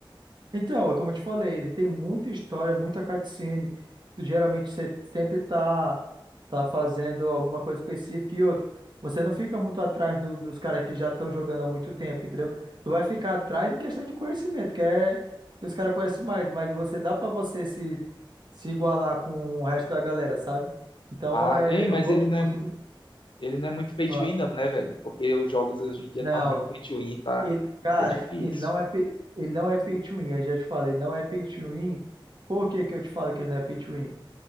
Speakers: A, on the right (about 55°); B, on the left (about 65°).
A: Então, é como eu te falei, ele tem muita história, muita cutscene. Tu, geralmente você sempre tá, tá fazendo alguma coisa específica e outra. Você não fica muito atrás do- dos caras que já estão jogando há muito tempo, entendeu? Tu vai ficar atrás em questão de conhecimento, que é que os caras conhecem mais, mas você dá pra você se, se igualar com o resto da galera, sabe? Então,
B: Ah,
A: é,
B: ei, mas
A: eu gosto,
B: ele não
A: eu
B: é
A: gosto-
B: Ele não é muito pay to
A: Ah,
B: win, não, né, velho? Porque os jogos hoje em dia
A: não,
B: tá muito pay to win, tá,
A: Ele, cara,
B: tá difícil.
A: ele não é, pay- ele não é pay to win, eu já te falei, ele não é pay to win. Por que que eu te falo que ele não é pay to win?